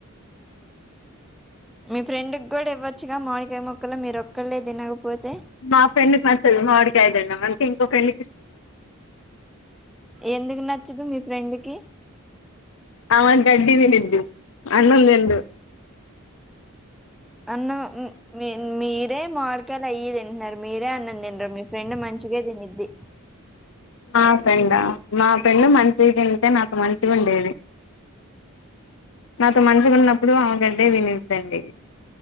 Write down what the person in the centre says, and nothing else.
మీ ఫ్రెండ్ కూడా ఇవ్వచ్చుగా మాడికయ ముక్కలో మీరు ఒక్కళ్లే తినకపోతే
ఎందుకు నచ్చదు మీ ఫ్రెండ్కిి
అన్నం మీరే మామిడికాయలు అయ్యియిదింటున్నారు మీరే అన్నం తినరు మీ ఫ్రెండ్ మంచిగే తినిద్ది